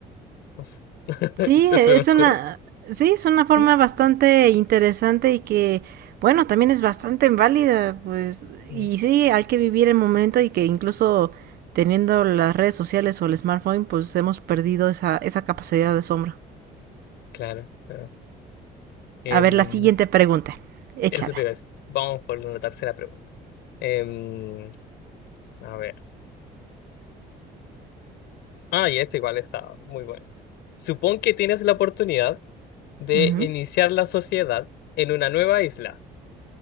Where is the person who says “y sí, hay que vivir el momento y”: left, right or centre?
Right